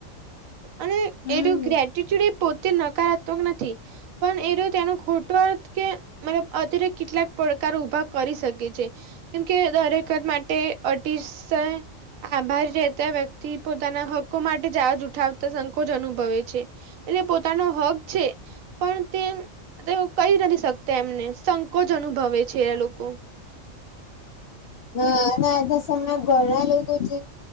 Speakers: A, on the right; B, on the left.
A: અને
B: હમ
A: એનું ગ્રેટટ્યુડ એ પોતે નકારાત્મક નથી. પણ એ ર તેનો ખોટો અર્થ કે મતલબ અત્યારે કેટલાક પડકારો ઊભા કરી શકે છે. કેમ કે દરેક કર માટે અતિશય આભારી રહેતા વ્યક્તિ પોતાના હક્કો માટે જહજ ઉઠાવતા સંકોચ અનુભવે છે. એટલે પોતાનો હક છે. પણ તે કહી નથી શકતા એમને સંકોચ અનુભવે છે એ લોકો.
B: હા ના આજના સમયે ઘણા લોકો છે જે